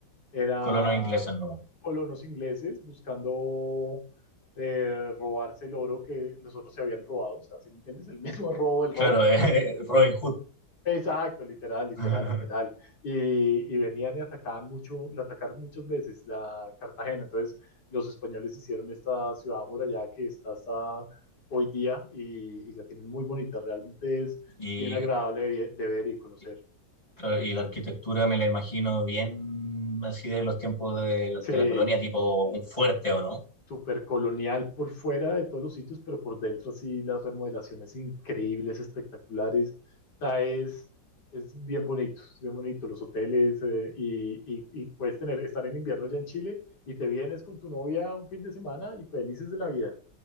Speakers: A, on the left; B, on the left.
A: eran
B: Colonos ingleses nomás.
A: colonos ingleses buscando eh, robarse el oro que los otros se habían robado. O sea, si me entiendes? El <laughs> mismo robo del
B: Claro,
A: robo.
B: <laughs> eh, Robin Hood.
A: Exacto, literal, literal,
B: <laughs>
A: literal. Y, y venían y atacaban mucho, la atacaron muchas veces la Cartagena. Entonces, los españoles hicieron esta ciudad amurallada que está hasta hoy día y, y la tienen muy bonita. Realmente es
B: Y,
A: bien agradable de, vi- de ver y conocer.
B: y claro, y la arquitectura me la imagino bien así de los tiempos de,
A: Sí,
B: de la colonia, tipo
A: sí.
B: un fuerte, ¿o no?
A: súper colonial por fuera de todos los sitios, pero por dentro sí las remodelaciones increíbles, espectaculares. O sea, es, es bien bonito, es bien bonito los hoteles eh, y, y- y puedes tener, estar en invierno ya en Chile y te vienes con tu novia un fin de semana y felices de la vida.